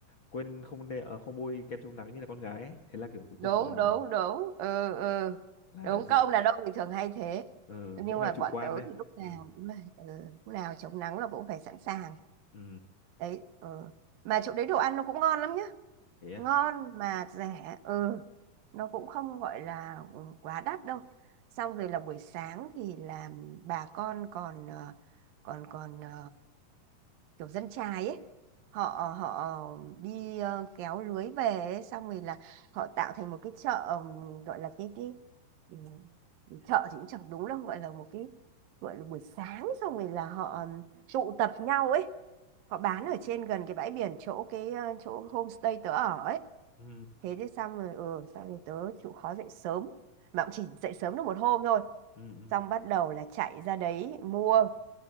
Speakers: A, on the left; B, on the right.
A: quên không đeo, ờ, không bôi kem chống nắng như là con gái ấy. Thế là kiểu cuối
B: đúng
A: cùng là
B: đúng đúng ừ ừ
A: là
B: đúng
A: dự-
B: các ông đàn ông thì thường hay thế
A: ờ,
B: nhưng
A: cũng hay
B: mà
A: chủ
B: bọn
A: quan
B: tớ
A: đấy
B: thì lúc nào
A: ừ
B: cũng là ừ, lúc nào chống nắng là cũng phải sẵn sàng
A: ừ
B: đấy ừ. mà chỗ đấy đồ ăn nó cũng ngon lắm nhá
A: thế à
B: ngon mà rẻ ừ nó cũng không gọi là ừ, quá đắt đâu xong rồi là buổi sáng thì là bà con còn ờ, còn còn ờ, kiểu dân chài ấy họ họ đi ờ, kéo lưới về ấy. xong rồi là họ tạo thành một cái chợ ừm, gọi là cái cái ừ, chợ thì cũng chẳng đúng đâu gọi là một cái gọi là buổi sáng xong rồi là họ ừm, tụ tập nhau ấy họ bán ở trên gần cái bãi biển chỗ cái ờ, chỗ homestay tớ ở ấy
A: ừ
B: thế chứ xong rồi ừ xong rồi tớ chịu khó dậy sớm mà cũng chỉ dậy sớm được một hôm thôi
A: ừ ừ
B: xong bắt đầu là chạy ra đấy mua